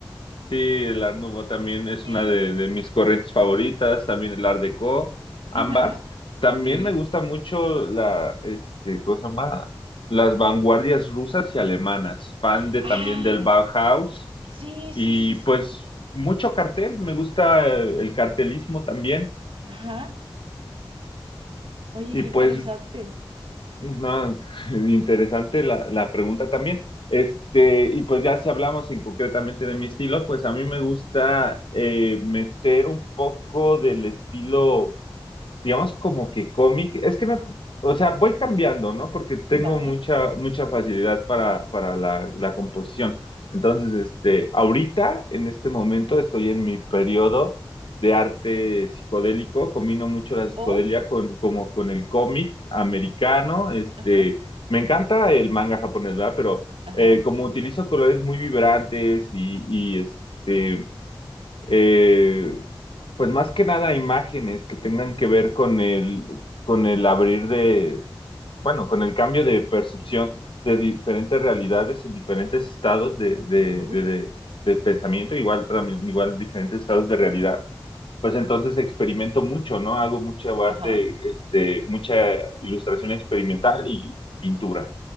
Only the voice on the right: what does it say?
Sí,
Ajá,
sí.
Ay,
sí,
sí, sí, sí.
Ajá. Oye,
qué
interesante.
Vale.
O,
ajá,
ajá,
ujú,
ajá.